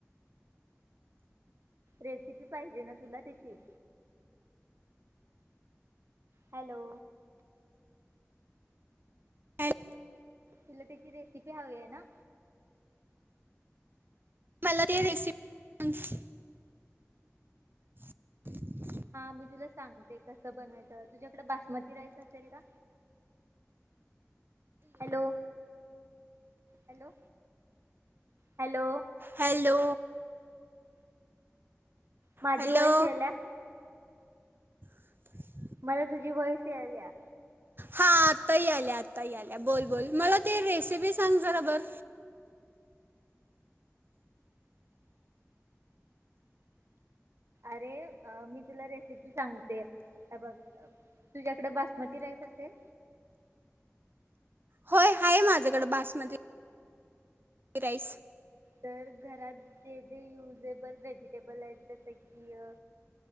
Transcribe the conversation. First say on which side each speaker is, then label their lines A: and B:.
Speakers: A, on the right; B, on the right.
A: रेसिपी पाहिजे ना तुला त्याची? हॅलो
B: एक
A: तुला त्याची रेसिपी हवी आहे ना
B: मला ते रेसिपी <unintelligible> <inaudible>
A: हा मी तुला सांगते कस बनवायचं, तुझ्याकडे बासमती राईस असेल का? हॅलो हॅलो हॅलो
B: हॅलो
A: माझी
B: हॅलो
A: वॉईस यायल्या
B: <inaudible>
A: मला तुझी <inaudible> यायला
B: हा आत्ताही आल्या आताही आल्या बोल बोल मला ते रेसिपी सांग जरा
A: हा
B: बर
A: अरे मी तुला रेसिपी सांगते बघ तुझ्याकडे बासमती राईस असेल..
B: होय आहे माझ्याकड बासमती. राईस..
A: तर घरात जे जे युजेबल व्हेजिटेबल आहेत जसे की....